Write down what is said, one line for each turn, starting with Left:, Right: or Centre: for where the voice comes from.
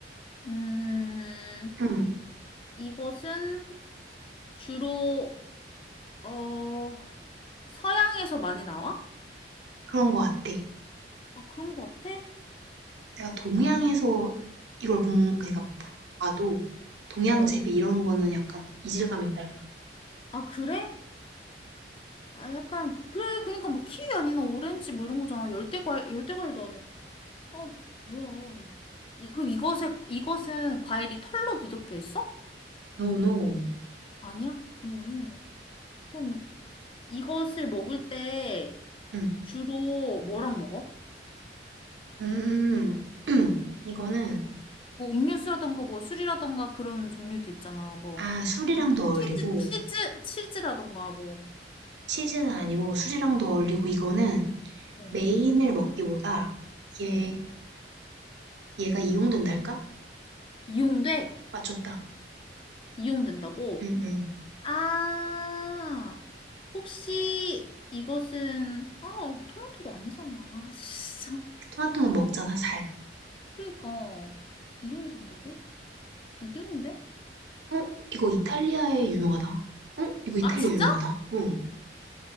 Left: 음,
Right: 응.
Left: 이것은 주로, 어, 서양에서 많이 나와?
Right: 그런 거 같아.
Left: 아, 그런 것 같아?
Right: 내가 동양에서
Left: 어,
Right: 이걸 본 그러니까 봐도 동양
Left: 어.
Right: 재배 이런 거는 약간 이질감이 있달까?
Left: 아, 그래? 아, 약간, 그래. 그러니까 뭐 키위 아니나 오렌지 뭐 이런 거잖아. 열대과일, 열대과일도 아니고. 어, 뭐야. 이, 그럼 이것에, 이것은 과일이 털로 뒤덮여 있어?
Right: No, no.
Left: 아니야? 노노. 그럼 이것을 먹을 때
Right: 응.
Left: 주로 뭐랑 먹어?
Right: 음, <clears throat> <laughs> 이거는,
Left: 뭐 음료수라던가 뭐 술이라던가 그런 종류도 있잖아. 뭐
Right: 아, 술이랑도 어울리고,
Left: 치즈 치즈 치즈라던가 뭐
Right: 치즈는 아니고 술이랑도 어울리고, 이거는
Left: 어,
Right: 메인을 먹기보다, 얘,
Left: 어.
Right: 얘가 이용된달까?
Left: 이용돼?
Right: 맞췄다.
Left: 이용된다고?
Right: 응, 응.
Left: 아, 혹시 이것은 아, 토마토도 아니잖아. <laughs> 아, 진짜.
Right: 토마토는 먹잖아, 잘.
Left: 그러니까 이용된다고? 이용돼?
Right: 어? 이거 이탈리아에 유명하다. 어? 이거 이탈리아
Left: 아, 진짜?
Right: 유명하다. 응.